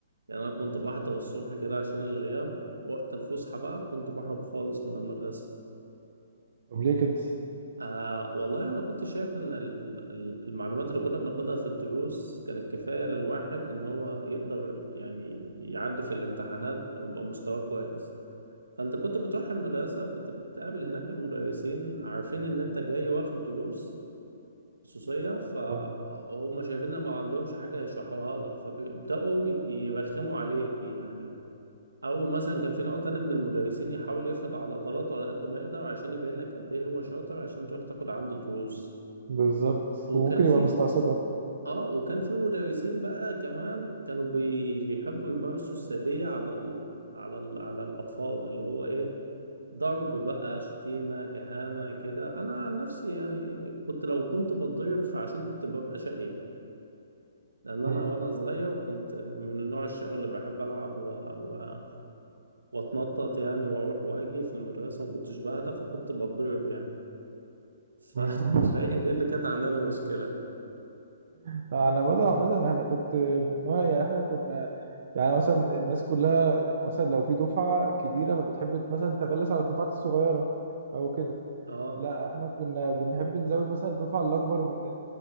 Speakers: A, on the right; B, on the right.
A: يعني انا كنت بحضر الصبح كده عشان الغياب وقت الفسحه بقى كنت بهرب خالص من المدرسه
B: طب ليه كده
A: آه والله انا كنت شايف ان ال- ال- المعلومات اللي كنا بناخدها في الدروس كانت كفايه للواحد ان هو يقدر يعني يعدي في الامتحانات ويبقى مستواه كويس فانت كنت بتروح المدرسة بتبقى تقابل هناك المدرسين عارفين ان انت جاي واخد دروس خصوصية فهم
B: اه
A: شايفين ان ما عندهمش حاجة يشرحوها لك فبيبدأوا يرخموا عليك يعني او مثلا كان في نوع تاني من المدرسين يحاول يفرض على عضلاته على قد ما يقدر عشان يبين لك قد ايه هو شاطر عشان تروح تاخد عنده دروس
B: بالظبط
A: وكان
B: وممكن
A: في
B: يبقى مستقصدك
A: اه وكان في مدرسين بقى كمان كانوا بي... بيحبوا يمارسوا السادية على ال... على ال... على الاطفال اللي هو ايه ضرب بقى شتيمة إهانة كده أنا عن نفسي يعني كنت لو كنت بتضرب فعشان كنت ببقى شقي لأن أنا
B: مم.
A: وأنا صغير كنت من النوع الشقي اللي بحب ألعب و... و... وأتنطط يعني وأروح وأجي في المدرسة ما كنتش بهدى فكنت بتضرب يعني ف-
B: مم.
A: <laughs> فهي دي اللي كانت عاملة لي مشكلة
B: <laughs> انا بدر عامه احنا كنت من نوع يعني احنا كنا يعني مثلا الناس كلها مثلا لو في دفعة كبيرة فبتحب مثلا تغلس على الدفعات الصغيرة أو كده
A: أه
B: لا احنا كنا بنحب نزود مثلا الدفعة اللي أكبر مننا